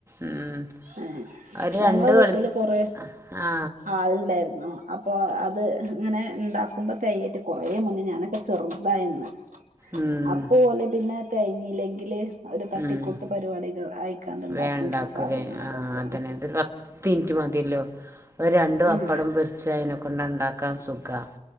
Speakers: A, on the right; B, on the right.
A: ഉം
B: ഏഹ്
A: ഒരു
B: ഞങ്ങള
A: രണ്ട്
B: വീട്ടില്
A: വെളു
B: കൊറെ
A: ആ
B: ആള്ണ്ടാ യിരുന്നു. അപ്പൊ അത് ഇങ്ങനെ ഇണ്ടാക്കുമ്പോ തെയേയ്ട്ട് കൊറെ മുന്നേ ഞാനൊക്കെ ചെറുതായന്ന്
A: ഉം
B: അപ്പോല് പിന്നെ തെയ്ഞ്ഞീല്ലെങ്കില് ഒരു തട്ടിക്കൂട്ട്
A: ഉം
B: പരിപാടികൾ അയി കാണ്ട് ഉണ്ടാക്കിന്യ
A: വേണ്ടാക്കൂലേ
B: സാധനാണ്
A: ആ
B: അതൊക്കെ
A: അതന്നെ ഇതൊരു പത്ത് മിനിറ്റ് <inaudible> ഒരു രണ്ടു ബപ്പടം
B: ഉം
A: പൊരിച്ച അയിനെ കൊണ്ട് ഉണ്ടാക്കാൻ സുഖാ